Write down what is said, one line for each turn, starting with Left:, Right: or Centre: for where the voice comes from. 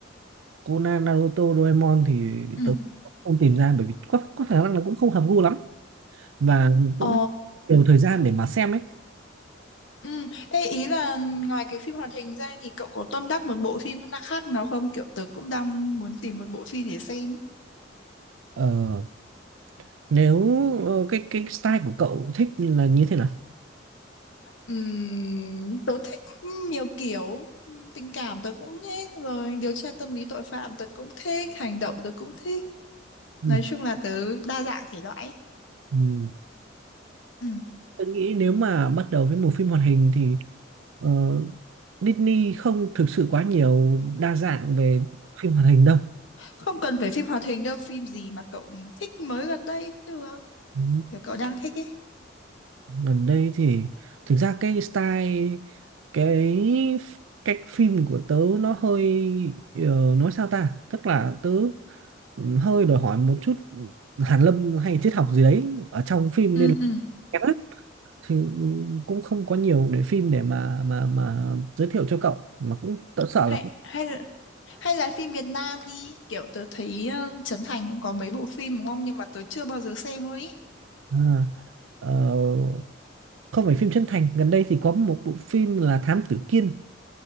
Right: Conan Naruto Doraemon thì
Left: Ừ.
Right: tớ không tìm ra bởi vì có, có khả năng là cũng không hợp gu lắm và cũng
Left: Ờ
Right: nhiều thời gian để mà xem ấy
Left: Ừ. Ê, ý là ngoài cái phim hoạt hình ra thì cậu có tâm đắc một bộ phim na- khác nào không? Kiểu tớ cũng đang muốn tìm một bộ phim để xem.
Right: ờ, nếu ờ, cái cái style của cậu thích là như thế nào
Left: Ừm, tớ thích nhiều kiểu tình cảm tớ cũng thích rồi điều tra tâm lý tội phạm tớ cũng thích hành động tớ cũng thích
Right: ừ.
Left: nói chung là tớ đa dạng thể loại ấy.
Right: ừ.
Left: ừ.
Right: Tôi nghĩ nếu mà bắt đầu với một phim hoạt hình thì ờ, Disney không thực sự quá nhiều đa dạng về phim hoạt hình đâu.
Left: không cần phải phim hoạt hình đâu phim gì mà cậu thích mới gần đây cũng được
Right: Ừ,
Left: kiểu cậu đang thích ấy
Right: Gần đây thì thực ra cái style cái f- cách phim của tớ nó hơi ờ, nói sao ta? Tức là tớ ừ, hơi đòi hỏi một chút hàn lâm hay triết học gì đấy ở trong phim
Left: ừ
Right: nên là
Left: ừ
Right: kém lắm. thì cũng không có nhiều để phim để mà mà mà giới thiệu cho cậu mà cũng tớ sợ
Left: hay
Right: là cũng-
Left: hay là- hay là phim Việt Nam đi kiểu tớ thấy ờ, Trấn Thành cũng có mấy bộ phim đúng không nhưng mà tớ chưa bao giờ xem luôn ý
Right: à, Ờ, không phải phim chân thành gần đây thì có một bộ phim là Thám Tử Kiên